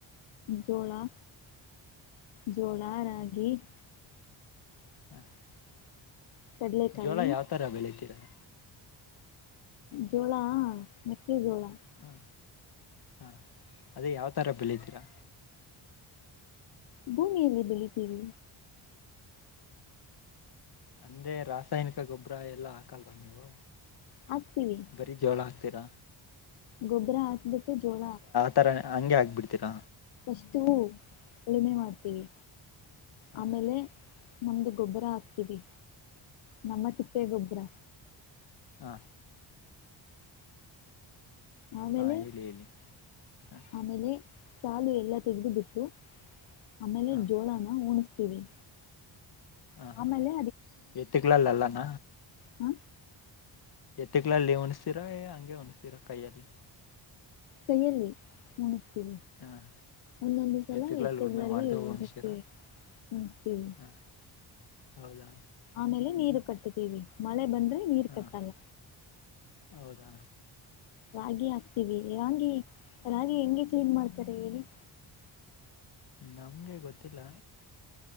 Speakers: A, on the left; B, on the left.
A: ಜೋಳಾ ಜೋಳಾ ರಾಗಿ. <inaudible>
B: ಹಾ. <unintelligible>
A: ಕಡ್ಲೆಕಾಯಿ,
B: ಜೋಳ ಯಾವ್ ತರ ಬೆಳಿತೀರ. <inaudible>
A: ಜೋಳಾ ಮೆಕ್ಕೆ ಜೋಳಾ.
B: ಹಾ ಹಾ ಅದೇ ಯಾವತರ ಬೆಲೆ ಇದ್ದೀರಾ.
A: ಭೂಮಿಯಲ್ಲಿ ಬೆಳಿತೀವಿ.
B: ಅಂದೇ ರಾಸಾಯನಿಕ ಗೊಬ್ಬರ ಎಲ್ಲ ಹಾಕಲ್ವಾ ನೀವು
A: ಹಾಕ್ತಿವಿ
B: ಬರೀ ಜೋಳ ಹಾಕ್. ತ್ತರ.
A: ಗೊಬ್ಬರ ಹಾಕಬಿಟ್ಟು ಜೋಳಾ.
B: ಥರ ಹಂಗೆ ಆಗ್ಬಿಡ್ತೀರಾ.
A: ಇಷ್ಟು ಉಳುಮೆ ಮಾಡ್ತೀವಿ
B: ಹಾಂ
A: ಆಮೇಲೆ. ನಮ್ದು ಗೊಬ್ಬರ ಹಾಕ್ತೀವಿ ನಮ್ಮ ತಿಪ್ಪೆ ಗೊಬ್ಬರ.
B: ಹಾ.
A: ಆಮೇಲೆ
B: ಹಾಂ ಹೇಳಿ ಹೇಳಿ ಹಾಂ
A: ಆಮೇಲೆ. ಸಾಾಲು ಎಲ್ಲಾ ತೆಗೆದು ಬಿಟ್ಟು ಆಮೇಲೆ
B: ಹಾಂ
A: ಜೋಳನ ಉಣಿಸ್ತೀವಿ
B: ಹ ಹಾ
A: ಆಮೇಲೆ
B: ಎತ್ತುಕಲ ಇಲ್ಲಲ್ಲಣ.
A: ಹ್ಮ
B: ಎತ್ತಕ್ಲ ಅಲ್ಲಿ ಉಣಿಸ್ತೀರಾ ಹಂಗೆ ಉಣಿಸ್ತೀರ ಕೈಯಲ್ಲಿ
A: ಕೈಯಲ್ಲಿ ಮುಗಿಸ್ತೀಿ.
B: ಹಾಂ
A: ಒಂದೊಂದು ಸಲ
B: ಎತ್ತುಗಳಲ್ಲಿ
A: ಎತ್ತಗಳಲ್ಲಿ
B: ಉಳುಮೆ ಮಾಡಿದೆ ಉಣಿಸ್ತೀರಾ
A: ಹದಕ್ಕೆ ಮುನಿಸ್ತೀವಿ.
B: ಹಾಂ ಹೌದಾ.
A: ಆಮೇಲೆ ನೀರು ಕಟ್ಟತೀವಿ ಮಳೆ ಬಂದ್ರೆ ನೀರ್
B: ಹಾಂ
A: ಕಟ್ಟಲ್ಲ.
B: ಹೌದಾ
A: ರಾಗಿ ಹಾಕ್ತೀವಿ ರಾಗಿ ರಾಗಿ ಹೆಂಗೆ ಕ್ಲೀನ್ ಮಾಡ್ತಾರೆ ಹೇಳಿ.
B: ನಮ್ಗೆ ಗೊತ್ತಿಲ್ಲ